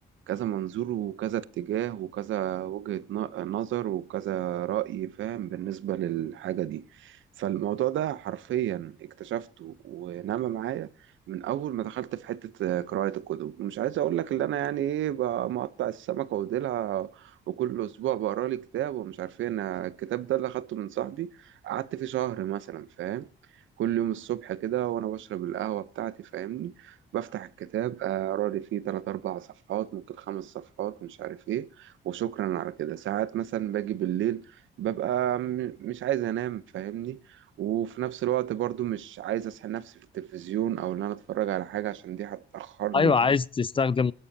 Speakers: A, on the right; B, on the left.
A: كذا منظور وكذا اتجاه وكذا وجهة ن- نظر وكذا رأي فاهم بالنسبة للحاجة دي فالموضوع ده حرفيا اكتشفته ونما معايا من أول ما دخلت في حتة قراءة الكتب ومش عايز أقول لك اللي أنا يعني إيه بقى مقطع السمكة وديلها وكل أسبوع بقرا لي كتاب ومش عارف إيه أنا الكتاب ده اللي أخدته من صاحبي قعدت فيه شهر مثلا فاهم كل يوم الصبح كده وأنا بشرب القهوة بتاعتي فاهمني بفتح الكتاب اقرا لي فيه تلات اربع صفحات ممكن خمس صفحات مش عارف ايه وشكرا على كده ساعات مثلا باجي بالليل ببقى م- مش عايز انام فاهمني وفي نفس الوقت برضو مش عايز اسحب نفسي في التلفزيون او ان انا اتفرج على حاجة عشان دي هتأخرني
B: ايوه عايز تستخدم